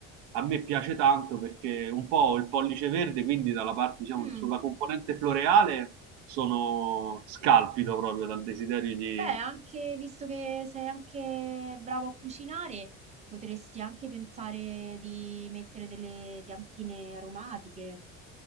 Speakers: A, on the right; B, on the right.
A: a me piace tanto perché un po' ho il pollice verde, quindi dalla parte, diciamo,
B: mm,
A: sulla componente floreale sono scalpito proprio dal desiderio di
B: beh, anche visto che sei anche bravo a cucinare, potresti anche pensare di mettere delle piantine aromatiche.